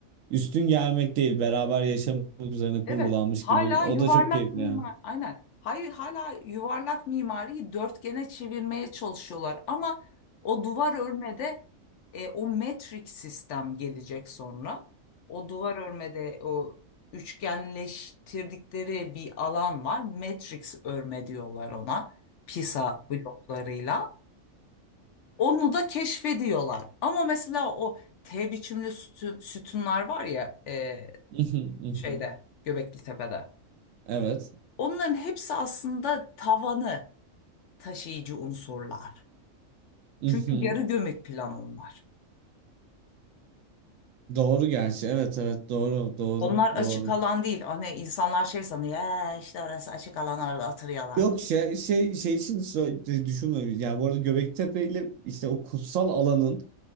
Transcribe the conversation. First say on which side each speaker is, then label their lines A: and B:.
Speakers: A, on the right; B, on the left.
A: üstün gelmek değil. Beraber yaşamak üzerine kurgulanmış
B: Evet, hala
A: gibi. O
B: yuvarlak
A: da çok keyifli
B: mimar,
A: yani.
B: aynen. Hayır, hala yuvarlak mimariyi dörtgene çevirmeye çalışıyorlar. Ama o duvar örmede e, o metrik sistem gelecek sonra. O duvar örmede o üçgenleştirdikleri bir alan var. Matrix örme diyorlar ona. Pisa bloklarıyla. Onu da keşfediyorlar. Ama mesela o T biçimli sütun, sütunlar var ya e,
A: <laughs>
B: şeyde Göbekli Tepe'de.
A: Evet.
B: Onların hepsi aslında tavanı taşıyıcı unsurlar.
A: <laughs>
B: Çünkü yarı gömük plan onlar.
A: Doğru gerçi. Evet evet doğru doğru
B: Onlar açık
A: doğru.
B: alan değil. Hani insanlar şey sanıyor, "Ee, işte orası açık alan orada oturuyorlar.
A: Yok şey şey şey için sö- düşünmemiş. Yani bu arada Göbektepe ile işte o kutsal alanın